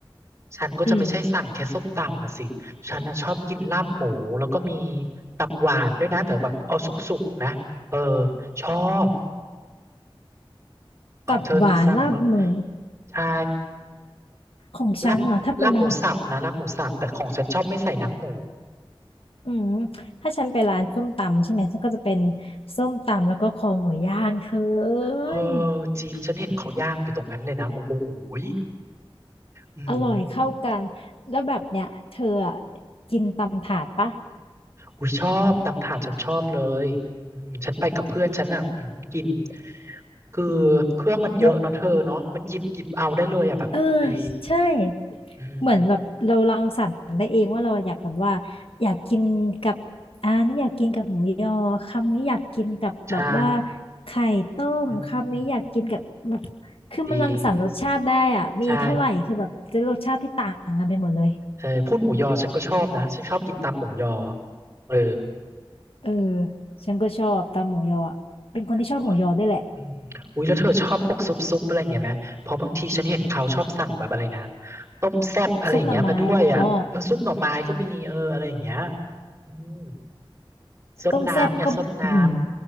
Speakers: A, on the right; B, on the left.
A: ฉันก็จะไม่ใช่สั่งแค่ส้มตำมาสิฉันน่ะชอบกินลาบหมูแล้วก็มี
B: อืม
A: ตับหวานด้วยนะแต่แบบเอาสุกๆนะเออชอบของเธอมีสั่งมั้าง
B: ตับหวานลาบหมู
A: ใช่
B: ของฉันเหรอถ้าไปร้าน
A: ลาบลาบหมูสับนะลาบหมูสับแต่ของฉันชอบไม่ใส่หนังหมู
B: อืมถ้าฉันไปร้านส้มตำใช่ไหมฉันก็จะเป็นส้มตำแล้วก็คอหมูย่างเธอเอ้
A: เออจริงฉันเห็นเขาย่างอยู่ตรงนั้นเลยนะโอ้โหย
B: ย
A: อืม
B: อร่อยเข้ากันแล้วแบบเนี้ยเธออะกินตำถาดปะ
A: อุ้ยชอบตำถาดฉันชอบเลยอืมฉันไปกับเพื่อนฉันอ่ะอืมกินคือเครื่องมันเยอะเนาะเธอเนาะมันหยิบหยิบเอาได้เลยอ่ะแบบดี
B: อย่า เออใช่
A: อืม
B: เหมือนแบบเรารังสรรค์ได้เองว่าเราอยากแบบว่าอยากกินกับอ่านี่อยากกินกับหมูยอคำนี้อยากกินกับแบบว่า
A: ใช่
B: ไข่ต้มคำนี้อยากกินกับแบบ
A: อืม
B: คือมันรังสรรค์รสชาติได้อ่ะมีเท่าไหร่คือแบบจะรสชาติที่ต่างกันไปหมดเลย
A: จริงใช่เออพูดหมูยอฉันก็ชอบนะฉันชอบกินตำหมูยอเออ
B: เออฉันก็ชอบตำหมูยออะเป็นคนที่ชอบหมูยอด้วยแหละ
A: โอ้ยอืมอุ้ยแล้วเธอชอบพวกซุปซุปอะไรอย่างเงี้ยไหม เพราะบางทีฉันเห็นเขาชอบสั่งแบบอะไรนะ ต้มแซ่บอะไรอย่างเงี้ยมาด้วยอ่ะเออซุปหน่อไม้ก็มีเอออะไรอย่างเงี้ย
B: ซุปหน่อไม้แล้วอ๋อ
A: อืมซดน้ำเนี่ยซดน้
B: ต้มแซ่บก็อื้อหือ